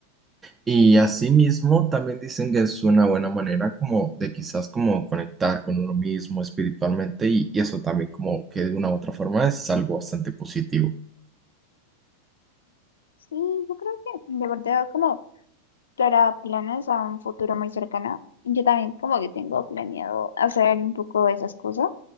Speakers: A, on the right; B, on the left.
A: Y asimismo también dicen que es una buena manera como de quizás como conectar con uno mismo espiritualmente y, y eso también como que de una u otra forma es algo bastante positivo.
B: Sí, yo creo que de verdad como para planes a un futuro muy cercano, yo también como que tengo planeado hacer un poco de esas cosas.